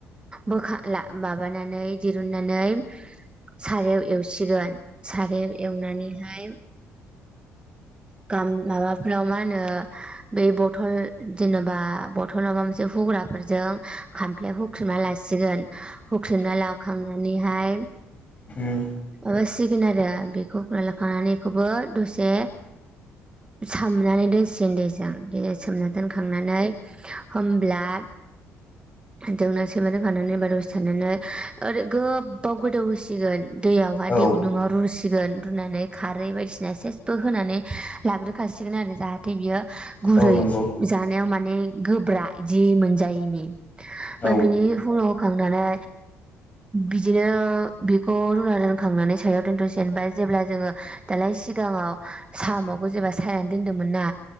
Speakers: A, on the right; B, on the left.
A: बोखा माबानानै दिरुननानै सारायाव एवसिगोन सारायाव एवनानैहाय गाम माबाफोराव मा होनो बे बथल जेनेबा बथल माबा मोनसे हुग्रा फोरजों खामफ्लायाव हुख्रमना लासिगोन हुख्रमना लाखांनानैहाय
B: उम
A: माबासिगोन आरो बेखौ खना लाखनानै इखौबो दसे सोमनानै दोनसिगोन दैजों दैजों सोमना दोनखांनानै होमब्ला जोंना सैमानो होखानानै <unintelligible> दसे थानानै ओरै गोबाव गोदौ होसिगोन। दैयावहाय
B: औ
A: दै गुदुंङाव रुसिगोन रुनानै खारै बायदिसिना सेस बो होनानै लाग्रोखासिगोन आरो जाहाथे बियो गुरै
B: औ नंगौ
A: जानायाव माने गोब्रा इदि मोनजायैनि ओमफ्राय
B: औ
A: बिनि उनाव खांनानै बिदिनो बेखौ रुना दोनखांनानै सायाव दन्थ' सेनबाय जेब्ला जोङो दालाय सिगाङाव साम'खौ जेब्ला सायनानै दोनदोंमोन ना